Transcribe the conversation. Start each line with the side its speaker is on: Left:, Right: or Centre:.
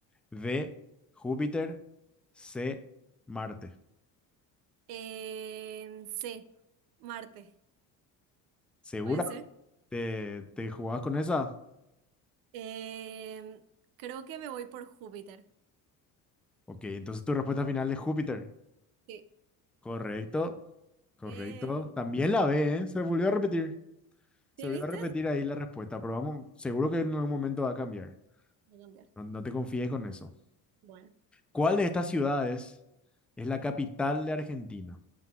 Centre: D, Júpiter, C, Marte.
Right: Em, sí, Marte,
Centre: ¿Segura?
Right: puede ser.
Centre: ¿Te, te jugabas con esa?
Right: Em, creo que me voy por Júpiter.
Centre: Ok, entonces tu respuesta final es Júpiter.
Right: Sí.
Centre: Correcto, correcto.
Right: Eh,
Centre: También la B, ¿eh? Se volvió a repetir. Se
Right: ¿sí
Centre: volvió
Right: viste?
Centre: a repetir ahí la respuesta, pero vamos, seguro que en algún momento va a cambiar.
Right: Voy a cambiar.
Centre: No, no te confíes con eso.
Right: Bueno.
Centre: ¿Cuál de estas ciudades es la capital de Argentina?